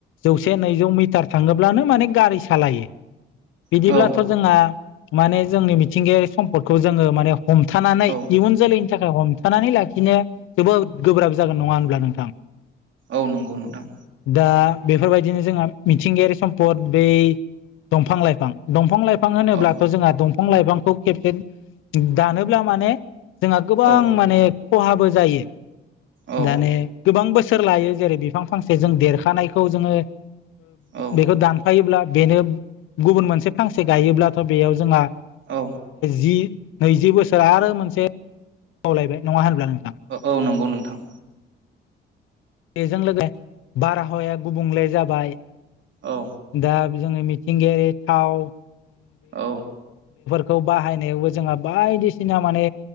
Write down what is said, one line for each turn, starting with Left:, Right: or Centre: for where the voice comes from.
Left: जौसे नैजौ मिटार थाङोब्लानो माने गारि सालायो। बिदिब्लाथ'
Right: औ
Left: जोंहा माने जोंनि मिथिंगायारि सम्पदखौ जोङो माने हमथानो
Right: औ
Left: इयुन जोलैनि थाखाय हमथानानै लाखिनो जोबोद गोब्राब जागोन नङा होनब्ला नोंथां?
Right: औ नंगौ नोंथां।
Left: दा बेफोरबायदिनो जोंहा मिथिंगायारि सम्पद बै दंफां लाइफां दंफां लाइफां बिफां होनोब्लाथ'
Right: औ
Left: जोंहा दंफां लाइफांखौ खेबसे दानोब्ला माने जोंहा गोबां
Right: औ
Left: माने खहाबो जायो
Right: औ
Left: दाने गोबां बोसोर लायो जेरै बिफां फांसे जों देरखानायखौ जोङो।
Right: औ
Left: बेखौ दानफायोब्ला बेनो गुबुन मोनसे फांसे गायोब्लाथ' बेयाव जोंहा।
Right: औ
Left: जि नैजि बोसोर आरो मोनसे खावलायबाय नङा होनब्ला। नोंथां
Right: औ नंगौ नोंथां।
Left: बेजों लोगो बारहावाया गुबुंले जाबाय।
Right: औ
Left: दा मिथिंगायारि थाव
Right: औ
Left: खौ बाहायनायावबो जोंहा बायदिसिना माने